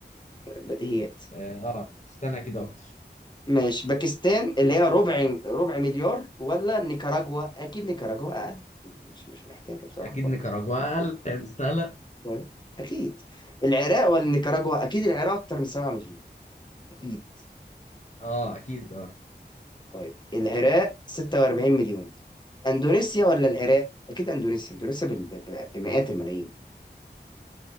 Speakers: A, on the left; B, on the left.
A: بديهيات
B: اه آه، استنى اكيد اكتر
A: ماشي باكستان اللي هي ربع ربع مليار ولا نيكاراجوا اكيد نيكاراجوا اقل مش مش محتاجه بصراحه
B: اكيد
A: افكر
B: نيكاراجوا اقل لأن مستاهله
A: طيب اكيد العراق ولا نيكاراجوا اكيد العراق اكتر من 7 مليون اكيد
B: اه اكيد اه
A: طيب العراق 46 مليون اندونيسيا ولا العراق اكيد اندونيسيا اندونيسيا بال- ب- بمئات الملايين